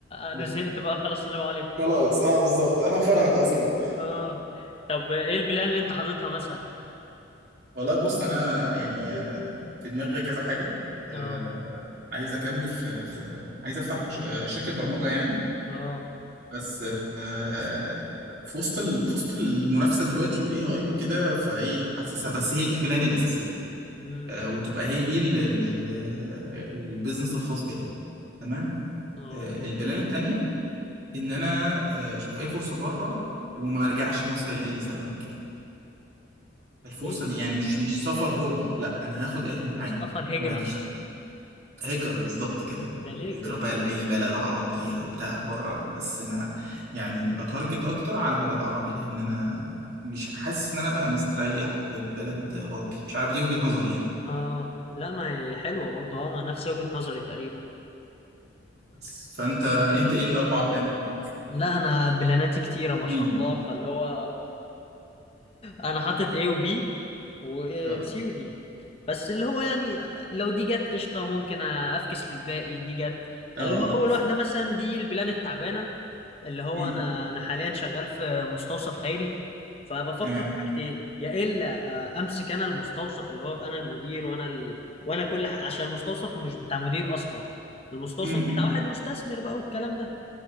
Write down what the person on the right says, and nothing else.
<laughs>
خلاص اه بالظبط انا مفرهد اصلا
والله بص انا يعني آه، في دماغي كذا حاجه آه،
عايز اكمل في في عايز افتح مش... آه، شركه برمجه يعني
بس آه، في وسط ال- في وسط المنافسه دلوقتي والاي اي وكده فايه حاسسها بس هي دي البلان الاساسيه
آه، وتبقى هي دي ال- ال- ال- البيزنس الخاص بيا تمام
آه، البلان التانيه ان انا آه، اشوف اي فرصه بره وما ارجعش مصر لاي سبب كان الفرصه
دي يعني مش مش سفر غربه لا انا هاخد اهلي معايا
وما اجيش تاني هجرة بالظبط
كده
هجرة
بقى لأي بلد عربي بتاع بره بس ما يعني بتارجت أكتر على بلد عربي لأن أنا مش حاسس إن أنا بقى مستريح في البلد غربي مش عارف دي وجهة نظري يعني
بس فأنت أنت إيه الأربع بلان بتوعك؟
اديني
اه
اه
امم
تمام
امم